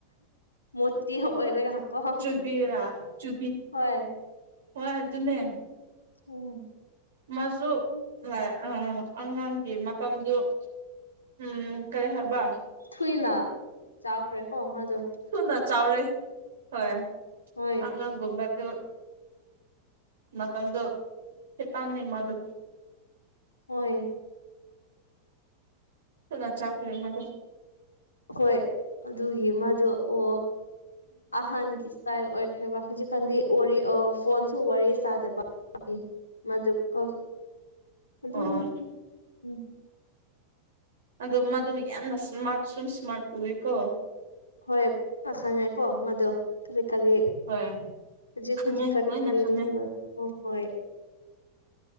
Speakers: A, on the left; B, on the right.
A: ꯃꯣꯇꯤ ꯑꯣꯏꯍꯜꯂꯒ ꯍꯪꯑꯣ
B: ꯆꯨꯕꯤꯔꯥ ꯆꯨꯕꯤ
A: ꯍꯣꯏ
B: ꯍꯣꯏ ꯑꯗꯨꯅꯦ
A: ꯎꯝ
B: ꯃꯥꯖꯨ <inaudible> ꯑꯉꯥꯡꯒꯤ ꯃꯇꯝꯗꯨ ꯎꯝ ꯀꯩ ꯍꯥꯏꯕ
A: ꯊꯨꯏꯅ ꯆꯥꯎꯈ꯭ꯔꯦꯀꯣ ꯃꯥꯗꯣ
B: ꯊꯨꯅ ꯆꯥꯎꯔꯦ ꯍꯣꯏ
A: ꯍꯣꯏ
B: ꯑꯉꯥꯡ ꯒꯨꯝꯕꯗꯨ ꯃꯇꯝꯗꯨ ꯍꯤꯞꯄꯝꯃꯦ ꯃꯥꯗꯣ
A: ꯍꯣꯏ
B: ꯊꯨꯅ ꯆꯥꯎꯈ꯭ꯔꯦ ꯃꯥꯗꯨ
A: ꯍꯣꯏ ꯑꯗꯨꯒꯤ ꯃꯥꯗꯣ ꯑꯣ ꯑꯣ ꯑꯍꯟꯒꯤ <inaudible> ꯑꯣꯏꯈ꯭ꯔꯦꯕ ꯍꯧꯖꯤꯛ ꯀꯥꯟꯗꯤ ꯋꯥꯔꯤ ꯑ ꯐꯣꯟꯁꯨ ꯋꯥꯔꯤ ꯁꯥꯗꯕ ꯑꯗꯨꯒꯤ ꯃꯗꯨꯀꯣ ꯑꯗꯨꯝ
B: ꯑꯣ
A: ꯎꯝ
B: ꯑꯗꯨ ꯃꯗꯨ ꯌꯥꯝꯅ ꯁꯃꯥꯔꯠ ꯁꯨꯝ ꯁꯃꯥꯔꯠ ꯑꯣꯢꯌꯦꯀꯣ
A: ꯍꯣꯏ ꯄꯥꯈꯪꯉꯦꯀꯣ ꯃꯗꯣ ꯀꯔꯤ ꯀꯔꯤ
B: ꯍꯣꯏ
A: ꯍꯧꯖꯤꯛ
B: ꯈꯪꯉꯦ
A: ꯍꯧꯖꯤꯛ ꯀꯔꯤ
B: ꯂꯣꯏꯅ
A: ꯀꯔꯤ
B: ꯈꯪꯉꯦ
A: ꯂꯩꯕ ꯍꯣꯏ ꯍꯣꯏ